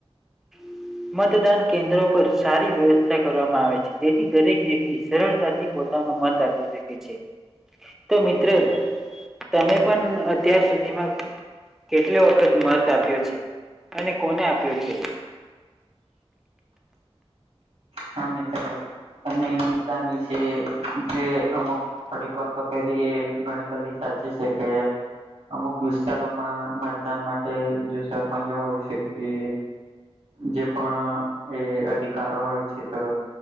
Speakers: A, in the centre; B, on the right (about 80°).
A: <inaudible> મતદાન કેન્દ્રો પર સારી વ્યવસ્થા કરવામાં આવે છે જેથી દરેક વ્યક્તિ સરળતાથી પોતાનો મત આપી શકે છે તો મિત્ર તમે પણ અત્યાર સુધીમાં કેટલો વખત મત આપ્યો છે અને કોને આપ્યો છે
B: હા મિત્ર અમે મતદાન વિશે જે અમુક થોડીક વાતો કરી એ ઘણી બધી સાચી છે કે અમુક વિસ્તારોમાં મતદાન માટે જે સરપંચો હોય શકે જે પણ એ અધિકારો હોય તો